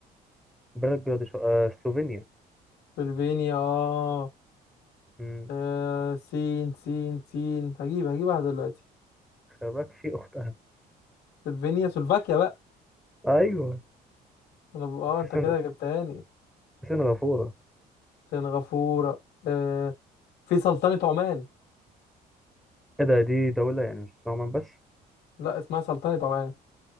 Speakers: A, in the centre; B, on the left.
A: بلد بلاد سلوفينيا
B: سلوفينيا اه
A: مم،
B: آه، سين سين سين هجيب هجيب واحدة دلوقتي
A: خلي بالك في اختها
B: سلوفينيا سلوفاكيا بقى
A: ايوه
B: انا ب... اه
A: وفي
B: انت
A: سن-
B: كده جبتهاني
A: في سنغافورة
B: سنغافورة آه في سلطنة عمان
A: ايه ده دي دولة يعني مش اسمها عمان بس
B: لا اسمها سلطنة عمان